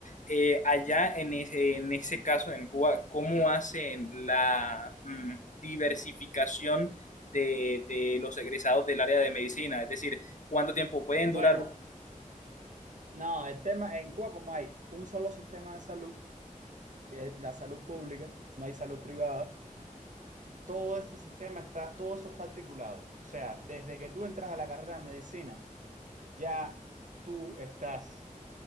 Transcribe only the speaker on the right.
Bueno,
no, el tema en Cuba como hay un solo sistema de salud, que es la salud pública, no hay salud privada, todo ese sistema está, todo eso está articulado. O sea, desde que tú entras a la carrera de medicina, ya tú estás